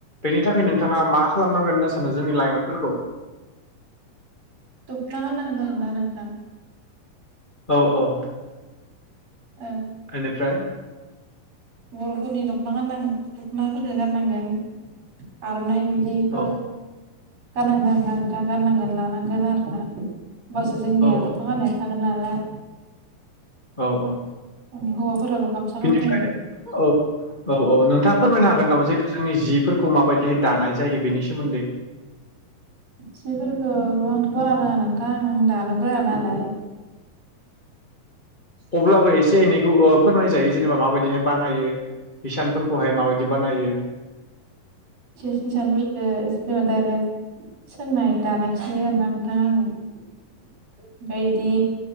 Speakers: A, on the left; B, on the right.
A: बेनि थाखाय नोंथाङा मा खालामनांगोन होनना सानो जोंनि लाइमोनफोरखौ
B: दखना गाननांगोन आरोना नोंथां
A: औ औ
B: ओ
A: इनिफ्राय
B: बर'फोरनि दख'ना गाननां दख'नाफोरखो गाननांगोन आर'नाय बिदि ओ
A: औ
B: गाननांगोन आरोना नोंथा गाननांगोन लानांगोन आरोना होमबासो जोंनिया
A: औ
B: दखना गाननाया थागोन नालाय
A: औ औ।
B: उम हौवाफोराबो गामसा
A: बिनिफ्राय
B: गाननांगोन।
A: औ औ औ नोंथाङा फोरमायनो हागोन नामा जिहेथु जोंनि जिफोरखौ माबायदि बे दानाय जायो बेनि सोमोन्दै
B: सिफोरखौ आंथ' बारा रोङा नोंथां आं दानोबो रोङा नालाय।
A: अब्लाबो एसे एनैखौ ओ फोरमाय जायो जेनेबा माबायदिहाय बानायो। हिसानफोरखौहाय माबायदि बानायो।
B: <unintelligible> सोंनाय दानायखौै नुयो आरोना नोंथां आं ओमफ्राय इदि